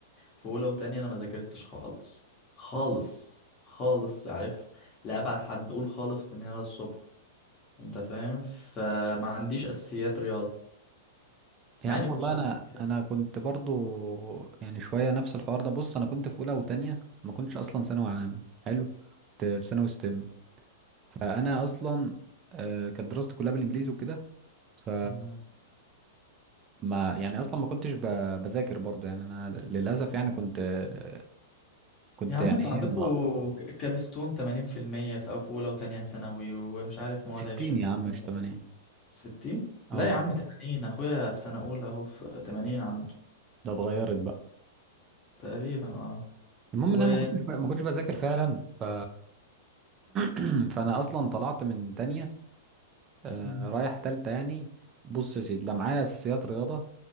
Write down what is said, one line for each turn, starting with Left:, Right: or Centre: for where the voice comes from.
Left: في اولى وتانية انا ما ذاكرتش خالص خالص خالص عارف لا ابعد حد قول خالص من هنا للصبح انت فاهم فما عنديش اساسيات رياضه
Right: يا
Left: مع
Right: عم
Left: اني كنت
Right: والله
Left: شاطر
Right: انا
Left: فيها.
Right: انا كنت برضو يعني شويه نفس الحوار ده بص انا كنت في اولى وتانية ما كنتش اصلا ثانوي عام حلو كنت في ثانوي ستيم فانا اصلا آه، كانت دراستي كلها بالانجليزي وكده ف
Left: مم.
Right: ما يعني اصلا ما كنتش ب- بذاكر برضو يعني انا للاسف يعني كنت آه، كنت
Left: يا عم
Right: يعني
Left: انتوا عندكوا
Right: ايه ما
Left: ك- كابستون 80% في المية في أو في اولى وتانية ثانوي ومش عارف مواد
Right: 60
Left: 20%
Right: يا عم مش 80
Left: 60 لا
Right: اه
Left: يا عم 80 اخويا في سنه اولى اهو في 80 عنده
Right: ده اتغيرت بقى
Left: تقريبا اه
Right: المهم
Left: و
Right: ان انا ما كنتش ب... ما كنتش بذاكر فعلا ف <clears throat> فانا اصلا طلعت من تانية آه
Left: مم.
Right: رايح تالتة يعني بص يا سيدي لا معايا اساسيات رياضة